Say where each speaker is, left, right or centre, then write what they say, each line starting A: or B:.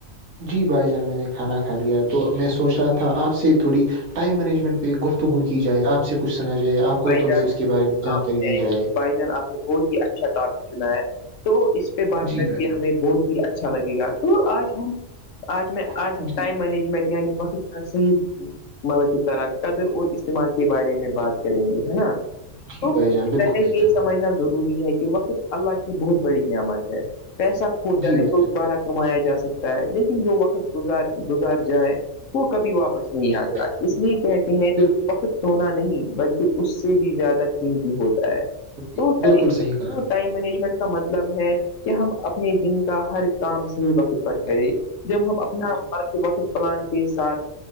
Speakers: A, on the right; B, on the left.
A: جی بھائی جان میں نے کھانا کھا لیا تو میں سوچ رہا تھا آپ سے تھوڑی ٹائم مینجمنٹ پہ گفتگو کی جائے آپ سے کچھ سنا جائے آپ کو
B: بھائی
A: تھوڑی
B: جان
A: اس کے بارے میں جانکاری
B: آپ نے
A: دی جائے
B: بھائی آپ نے بہت ہی اچھا ٹاپک چنا ہے تو اس پہ بات
A: جی
B: کر
A: بھائی
B: کے ہمیں بہت ہی اچھا لگے گا تو آج ہم آج میں
A: جان
B: آج
A: جی
B: ٹائم مینجمنٹ یعنی وقت تسیید مطلب کی طرح قدر اور استعمال کے بارے میں بات کریں گے ہے نا تو
A: جی
B: سب
A: بھائی جان
B: سے
A: بالکل
B: پہلے
A: صحیح
B: یہ
A: کہا
B: سمجھنا
A: بھائی
B: ضروری ہے کہ وقت اللہ کی بہت بڑی نعمت ہے پیسہ کھو جائے
A: جی بھائی
B: تو
A: جان
B: دوبارہ کمایا جا سکتا ہے لیکن جو وقت گزار گزار جائے وہ کبھی واپس نہیں
A: جی
B: آتا
A: بھائی جان
B: اس لیے کہتے ہیں
A: بالکل
B: فخت سونا نہیں بلکہ اس سے بھی زیادہ قیمتی ہوتا ہے
A: سنتے ہیں
B: تو
A: بالکل صحیح کہا آپ نے. جی
B: ٹائم مینجمنٹ کا مطلب ہے کہ ہم اپنے دن کا ہر کام صحیح وقت پر کریں جب ہم اپنا مر کے وقت پلان کے ساتھ